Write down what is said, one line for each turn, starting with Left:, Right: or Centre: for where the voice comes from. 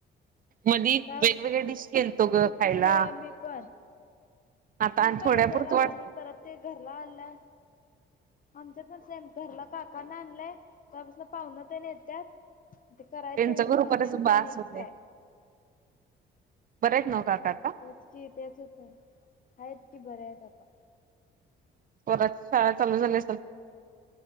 Right: मधी
Left: काय
Right: वेगवेगळे डिश केलतो गं
Left: कुकिंग
Right: खायला.
Left: होय मी पण
Right: आता
Left: मी
Right: आणि
Left: पण
Right: थोड्यापुरत
Left: जरा
Right: वाटते
Left: आणि परत ते घरला आला आमच्यात पण सेम घरला काकाना आणलंय तव्हापासन पाहुनतेन येत्यात ते करायचं
Right: त्यांचं बरोबरच
Left: राहतंय आणि
Right: बास
Left: ते नाहीच
Right: होतय
Left: काय
Right: बरे आहेत नव्ह काका आता?
Left: तेच कि तेच होत आहेत कि बरे आहेत आता.
Right: स्वरांची शाळा चालू झाली आसलं की?